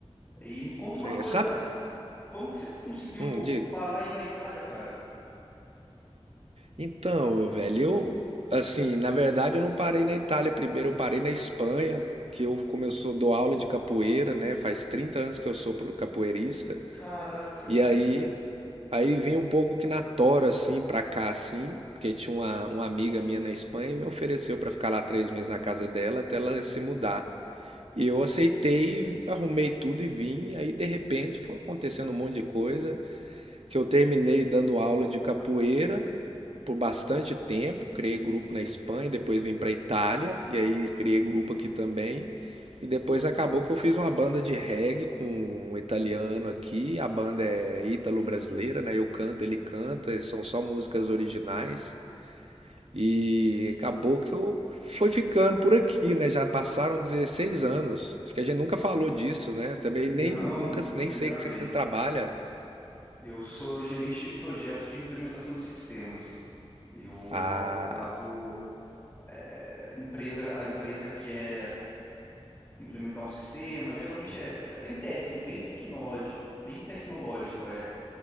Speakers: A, on the left (about 20°); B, on the right (about 65°).
A: E me conta uma
B: É,
A: coisa,
B: sabe?
A: cara. Como que você conseguiu
B: Hum, diga.
A: parar aí na Itália, cara?
B: Então, velho, eu, assim, na verdade eu não parei na Itália primeiro, eu parei na Espanha, que eu
A: Ah,
B: começou a dar aula de capoeira, né? Faz 30 anos que eu sou pro- capoeirista.
A: caraca.
B: E aí,
A: Uhum.
B: aí vim um pouco que na tora, assim, pra cá, assim, porque tinha uma, uma amiga minha na Espanha e me ofereceu pra ficar lá três meses na casa dela até ela se mudar. E eu aceitei, arrumei tudo e vim. E aí, de repente, foi acontecendo um monte de coisa que eu terminei dando aula de capoeira por bastante tempo, criei grupo na Espanha, depois vim para Itália e aí criei grupo aqui também. E depois acabou que eu fiz uma banda de reggae com um italiano aqui. A banda é ítalo-brasileira, né? Eu canto, ele canta, são só músicas originais. E acabou que eu fui ficando por aqui, né? Já passaram 16 anos. Acho que a gente nunca falou disso, né? Também
A: Não,
B: nem nunca nem
A: primeira
B: sei que
A: vez.
B: você trabalha.
A: Eu sou gerente de projeto de implementação de sistemas. Eu
B: Ah,
A: acabo é, empresa, a empresa quer implementar um sistema. Geralmente é, é bem técnico, bem tecnológico, bem tecnológico. É